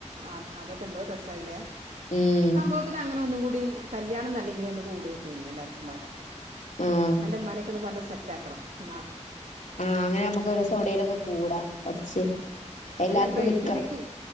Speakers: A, on the right; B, on the left.
A: അത് അതൊക്കെ എന്തോ രസായിലേ
B: ഉം
A: സംബോവത്തിലങ്ങനെ ഒന്നുംകൂടിം കല്ല്യാണംന്നല്ലെങ്കിലൊന്ന് കൂടിയോക്കേനി എല്ലാര്ക്കും പാടെ
B: ആഹ്
A: അന്റെമ്മാനെക്കെന്ന് പറഞ്ഞ് സെറ്റ് ആക്കണം ന്നാ
B: ആഹ് അങ്ങനെ നമ്മക്ക് ഓരോസം ഓവ്ടെലൊക്കെ കൂടാ കൊറച്ച്
A: ഉം.
B: എല്ലാർക്കും
A: അല്ല ബ്രൈറ്റുബിക്ക്
B: നിക്കാ